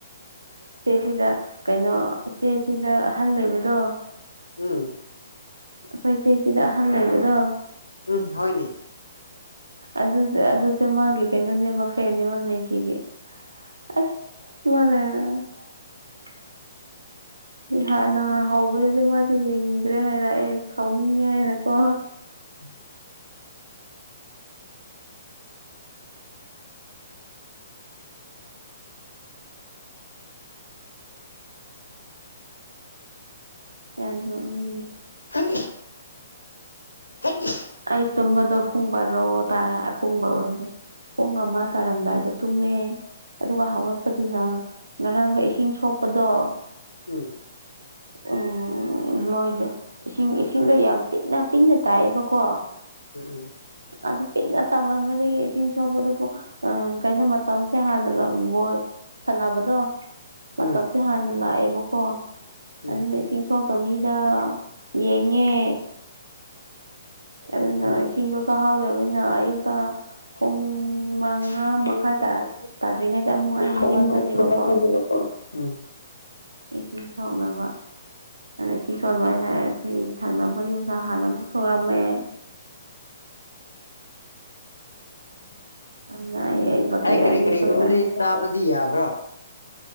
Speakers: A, on the right; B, on the left.
A: ꯏꯆꯦꯁꯤꯗ ꯀꯩꯅꯣ ꯏꯆꯦꯁꯤꯗ ꯑꯍꯜ ꯂꯩꯕꯗꯣ
B: ꯎꯝ
A: ꯑꯩꯈꯣꯏ ꯏꯆꯦ ꯁꯤꯗ ꯑꯍꯟ ꯂꯩꯕꯗꯣ
B: ꯎꯝ ꯍꯣꯢꯅꯦ
A: ꯑꯗꯨꯁꯨ ꯑꯗꯨꯁꯨ ꯃꯥꯒꯤ ꯀꯩꯅꯣꯅꯦꯕ ꯐꯦꯟꯅꯦꯕ ꯃꯦꯁꯤꯒꯤ ꯑꯁ ꯃꯥꯅ <unintelligible> ꯍꯥꯟꯅ ꯍꯧꯕꯗꯗꯤ ꯃꯥꯗꯤ ꯌꯦꯡꯅꯤꯡꯗ꯭ꯔꯦ ꯍꯥꯏꯕ ꯑꯩ ꯁꯥꯎꯅꯤꯡꯉꯦ ꯍꯥꯏꯅꯀꯣ
B: ꯎꯝ
A: ꯌꯝ ꯅꯣꯛꯅꯤꯡꯉꯦ
B: ꯍꯥꯏ ꯍꯥꯏ <unintelligible>
A: ꯑꯩ ꯇꯨꯝꯕꯗꯣ ꯄꯨꯡ ꯕꯥꯔꯣ ꯇꯔꯥ ꯄꯨꯡ ꯕꯥꯔꯣꯅꯦ ꯄꯨꯡ ꯑꯃ ꯇꯥꯔꯝꯗꯥꯏꯗ ꯇꯨꯝꯃꯦ ꯑꯗꯨꯒ ꯍꯧꯒꯠꯄꯗꯨꯅ ꯉꯔꯥꯡꯗ ꯏꯁꯤꯡ ꯁꯣꯛꯄꯗꯣ
B: ꯎꯝ
A: ꯎꯝ ꯂꯣꯏꯗꯦ ꯏꯁꯤꯡ ꯏꯁꯤꯡꯗꯣ ꯌꯥꯝ ꯄꯤꯛꯅ ꯄꯤꯛꯅ ꯇꯥꯏꯌꯦꯕꯀꯣ
B: ꯎꯝ ꯎꯝ
A: ꯑꯗꯨ ꯄꯤꯛꯅ ꯇꯝꯃꯟꯕꯗꯒꯤ ꯏꯁꯤꯡ ꯁꯣꯛꯄꯗ ꯀꯩꯅꯣ ꯃꯇꯝꯁꯦ ꯍꯥꯟꯅ ꯕꯣꯜ ꯁꯥꯟꯅꯕꯗꯣ ꯃꯇꯝꯁꯦ
B: ꯎꯝ
A: ꯍꯥꯟꯅ ꯂꯥꯛꯑꯦꯕꯀꯣ ꯑꯗꯨꯅ
B: ꯎꯝ
A: ꯏꯁꯤꯡ ꯁꯣꯛ ꯄꯥ ꯃꯤꯗꯥ ꯌꯦꯡꯉꯦ ꯑꯗꯨꯅ
B: ꯎꯝ ꯎꯝ
A: ꯏꯁꯤꯡꯗꯣ ꯁꯣꯛꯍꯧꯗꯕꯅꯤꯅ ꯑꯌꯨꯛꯇ
B: <unintelligible> <unintelligible>
A: ꯄꯨꯡ ꯃꯉꯥ ꯃꯈꯥꯏ ꯇꯥ ꯇꯥꯗ꯭ꯔꯤꯉꯩꯗ ꯑꯃꯨꯛ ꯑꯩ ꯍꯧꯒꯠꯄꯅꯦꯕꯀꯣ
B: ꯎꯝ
A: ꯏꯁꯤꯡ ꯁꯣꯛꯅꯕ ꯑꯗꯩ ꯁꯤ ꯁꯣꯟꯕ ꯍꯥꯏꯁ ꯁꯤ ꯊꯪꯅꯕ ꯌꯨꯝꯗ ꯍꯥꯟꯅ ꯑꯃꯨꯛ ꯁꯨꯔꯝꯃꯦ
B: <inaudible>
A: ꯑꯗꯨꯅ ꯑꯩ ꯕꯛꯀꯦꯠ
B: ꯑꯩ ꯀꯔꯤ
A: ꯑꯅꯤ
B: ꯀꯔꯤ
A: ꯈꯛꯇ
B: ꯂꯨꯔꯦ ꯆꯥꯕꯗꯤ ꯗꯤ ꯌꯥꯕ꯭ꯔꯣ